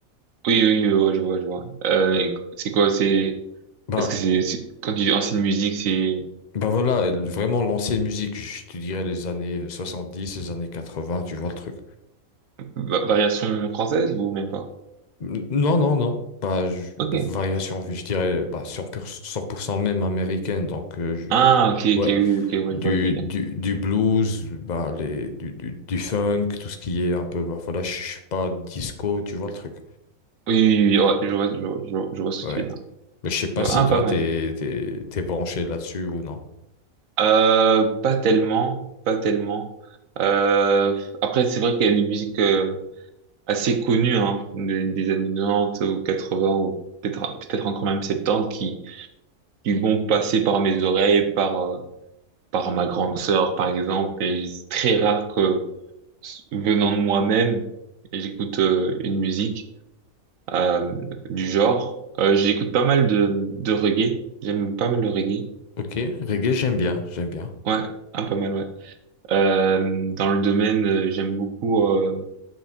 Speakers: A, on the right (about 65°); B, on the left (about 40°).
A: Oui, oui, euh, ouais, je vois, je vois. Euh, et c'est quoi, c'est,
B: Bah,
A: est-ce que c'est, c'est- quand tu dis ancienne musique, c'est
B: bah voilà, euh, vraiment l'ancienne musique, je te dirais les années euh, 70, les années 80. tu vois le truc.
A: va- variation française ou même pas?
B: N- Non, non, non. Bah, je-
A: Ok.
B: variation, je dirais bah, cent pour cent cent pour cent même américaine. Donc, euh, je-
A: Ah, ok,
B: ouais,
A: ok, oui, ok, ouais,
B: du,
A: je vois le délire.
B: du, du blues, bah, les, du, du, du funk, tout ce qui est un peu, bah, voilà, je je sais pas, disco, tu vois le truc.
A: Oui, oui, oui, ouais, je vois, je vois, je vois, je vois ce
B: Ouais.
A: que tu veux dire.
B: Mais je sais pas
A: Je vois.
B: si
A: Ah,
B: toi,
A: pas mal.
B: t'es, t'es, t'es branché là-dessus ou non.
A: Euh, pas tellement, pas tellement. Euh, après, c'est vrai qu'il y a des musiques euh, assez connues, hein, des, des années 90 ou 80 ou peut-être, peut-être encore même 70 qui, qui vont passer par mes oreilles, par, euh, par ma grande sœur, par exemple, mais c'est très rare que, venant de moi-même, j'écoute euh, une musique euh, du genre. Euh, j'écoute pas mal de, de reggae, j'aime pas mal le reggae.
B: Ok, reggae, j'aime bien, j'aime bien.
A: Ouais, un pas mal, ouais. Euh, dans le domaine, euh, j'aime beaucoup, euh,